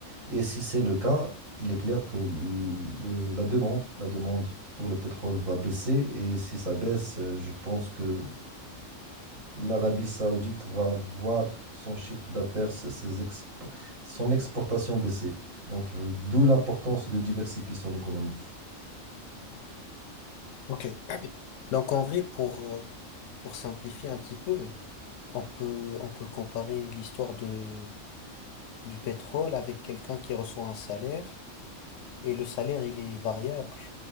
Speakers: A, on the right; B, on the left.
A: Et si c'est le cas, il est clair que le- la demande, la demande pour le pétrole va baisser. Et si ça baisse, euh, je pense que l'Arabie Saoudite va voir son chiffre d'affaires, ses- ses expo- son exportation baisser. Donc, euh, d'où l'importance de diversifier son économie.
B: Ok. Donc en vrai, pour, euh, pour simplifier un petit peu, on peut, on peut comparer l'histoire de, du pétrole avec quelqu'un qui reçoit un salaire, et le salaire, il est variable.